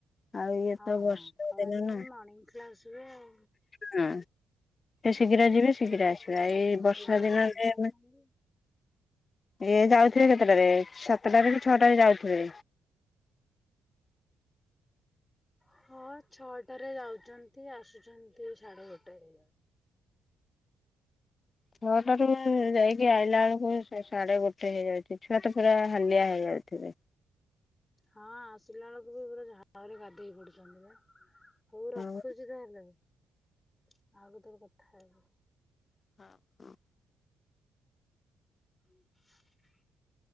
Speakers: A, on the left; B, on the left.
A: ଆଉ ଇଏ
B: ହଁ
A: ତ ବର୍ଷା
B: ହଁ ଖରା
A: ଦିନ
B: ଦିନରେ
A: ନା
B: ମର୍ଣ୍ଣିଂ କ୍ଲାସ୍ ହୁଏ ଆଉ।
A: ହୁଁ। ଶୀଘ୍ର ଯିବେ ଶୀଘ୍ର ଆସିବେ ଏଇ ବର୍ଷା
B: ଏଗାରଟା
A: ଦିନରେ
B: ସୁଦ୍ଧା ଆସନ୍ତି।
A: ଇଏ ଯାଉଥିବେ କେତେଟାରେ ସାତଟାରେ କି ଛଅଟାରେ ଯାଉଥିବେ
B: ହଁ ଛଅଟାରେ ଯାଉଚନ୍ତି ଆସୁଚ଼ନ୍ତି ସାଢେ ଗୋଟେ ରେ।
A: ଛଅଟାରୁ ଯାଇକି ଆଇଲା ବେଳକୁ ସାଡେ ଗୋଟେ ହେଇଯାଉଚି ଛୁଆ ତ ପୁରା ହାଲିଆ ହେଇ ଯାଉଥିବେ।
B: ହଁ ଆସିଲା ବେଳକୁ ବି ପୁରା ଝାଳ ରେ ଗାଧୋଇ ପଡୁଚନ୍ତି ବା। ହଉ ରଖୁଚି
A: ଆଉ
B: ତା ହେଲେ ଆଉ କେତଳେ କଥା ହେବି।
A: ହଁ, ଅଁ
B: <unintelligible>